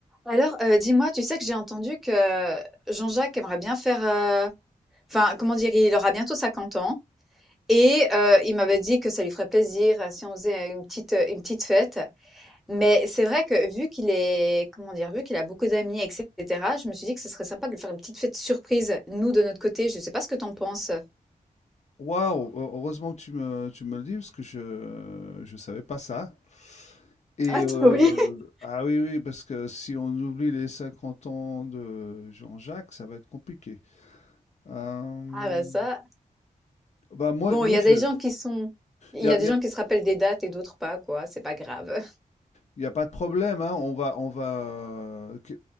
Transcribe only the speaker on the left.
Waouh! heureusement que tu me tu me le dis parce que je je savais pas ça et
heu
ah oui, oui, parce que si on oublie les 50 ans de Jean-Jacques, ça va être compliqué. Hem,
bah, moi
moi
je
il y
a
il y
a
il y a pas de problème, hein, on va on va, heu, que